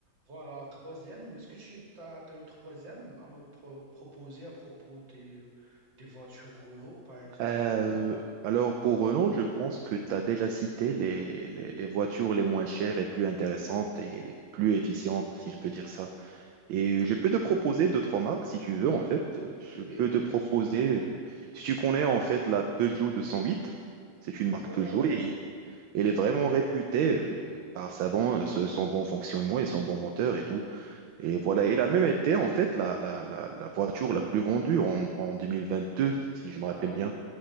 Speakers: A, on the right; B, on the right.
A: voilà la troisième. Est-ce que tu as, une troisième à me pro- proposer à propos des, euh, des voitures Renault par exemple?
B: Euh, alors pour Renault, je pense que tu as déjà cité les, les- les voitures les moins chères et plus intéressantes et plus efficientes, si je peux dire ça. Et je peux te proposer d'autres marques si tu veux, en fait. Euh, Je
A: Oui,
B: peux
A: oui,
B: te
A: bien
B: proposer,
A: sûr.
B: euh, si tu connais en fait la Peugeot deux cent huit. c'est une marque
A: Ouais,
B: Peugeot
A: ouais.
B: et elle est vraiment réputée euh, par sa bon, euh, ce- son bon fonctionnement et son bon moteur et tout. Et voilà, elle a même été en fait la, la, la, la voiture la plus vendue en, en 2022, si je me
A: Ah
B: rappelle
A: bon,
B: bien.